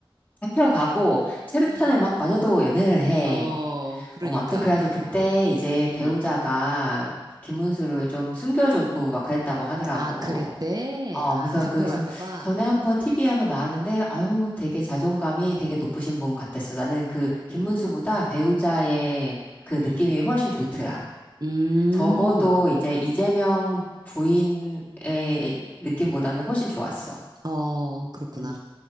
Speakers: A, on the left; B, on the right.
A: 잡혀가고, 체류탄을
B: 응,
A: 막 맞아도 연애를 해.
B: 어, 그러니까.
A: 어, 아무튼 그래가지고 그때 이제
B: 응.
A: 배우자가 김문수를 좀 숨겨주고 막 그랬다고 하더라고.
B: 아, 그랬대?
A: 어,
B: 아,
A: 그래서
B: 잡혀갈까봐?
A: 그, 저, 전에
B: 응,
A: 한번 TV에 한번 나왔는데, 아유, 되게 자존감이 되게 높으신 분 같았어. 나는 그, 김문수보다
B: 응,
A: 배우자의 그
B: 응,
A: 느낌이 훨씬 좋더라.
B: 음,
A: 적어도 이제 이재명 부인의 느낌보다는 훨씬 좋았어.
B: 어, 그렇구나.
A: 음.